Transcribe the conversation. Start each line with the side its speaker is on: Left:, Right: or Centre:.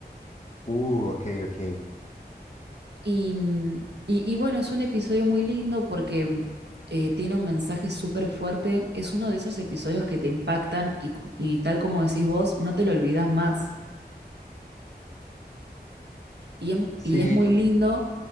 Left: uh, ok, ok,
Right: Y, mm, y- y bueno, es un episodio muy lindo porque mm, eh, tiene un mensaje súper fuerte, es uno de esos episodios que te impactan y, cu- y tal como decís vos, no te lo olvidas más. Y es,
Left: sí,
Right: y es muy
Left: tú-
Right: lindo